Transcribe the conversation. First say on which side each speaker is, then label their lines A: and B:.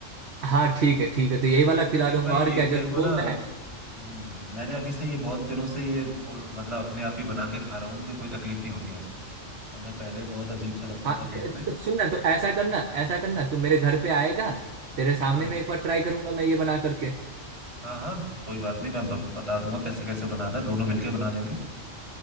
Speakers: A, on the right (about 55°); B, on the right (about 25°).
A: हाँ ठीक है ठीक है तो यही वाला
B: क्योंकि
A: खिला
B: देख
A: दूंगा
B: भाई
A: और
B: ये
A: क्या
B: मेरे
A: जो तू
B: को
A: बोल
B: ना
A: रहा है
B: हम्म, मैंने अभी से ये बहुत दिनों से ये को, मतलब अपने आप ही बना के खा रहा हूँ मुझे कोई तकलीफ नहीं होती आजकल वरना पहले बहुत अजीब सा लगता
A: हाँ
B: था पेट
A: तो, तो
B: में
A: सुनना तो ऐसा करना
B: हम्म,
A: ऐसा करना तू मेरे घर पे आएगा तेरे सामने
B: हाँ
A: में एक बार ट्राई करूंगा मैं ये बना करके
B: हाँ हाँ कोई बात नहीं मैं ब- बता दूंगा कैसे कैसे बनाना है, दोनों मिलके बना लेंगे